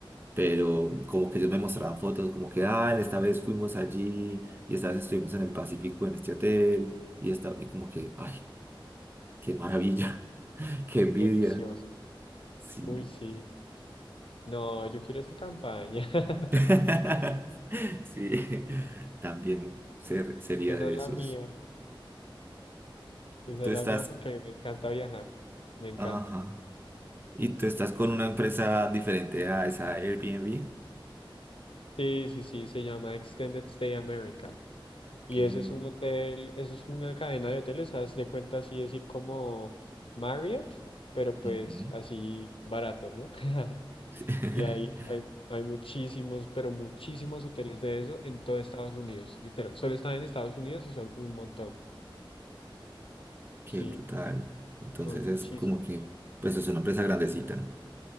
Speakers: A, on the right; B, on the left.
A: pero como que ellos me mostraban fotos, como que, ah, esta vez fuimos allí y esta vez estuvimos en el Pacífico en este hotel y, esta, y como que, ay, qué maravilla, <laughs> qué envidia,
B: Delicioso.
A: sí.
B: Uy, sí. No, yo quiero esa campaña. <laughs>
A: <laughs> Sí, también ser- sería
B: Esa
A: de
B: es la
A: esos.
B: mía. Esa
A: Tú
B: es
A: estás,
B: la mía porque a mí me encanta viajar. Me encanta.
A: ajá, y tú estás con una empresa diferente a esa Airbnb.
B: Sí, sí, sí, se llama Extended Stay America. Y
A: Que,
B: eso es un hotel, eso es una cadena de hoteles, haz de cuenta así decir como Marriott, pero pues
A: ujú.
B: así barato, ¿no? <laughs>
A: <laughs>
B: Y hay, hay, hay muchísimos, pero muchísimos hoteles de eso en todo Estados Unidos, literal. Solo están en Estados Unidos y son un montón.
A: Qué
B: Sí,
A: brutal. Entonces
B: son muchísimos.
A: es como que, pues es una empresa grandecita.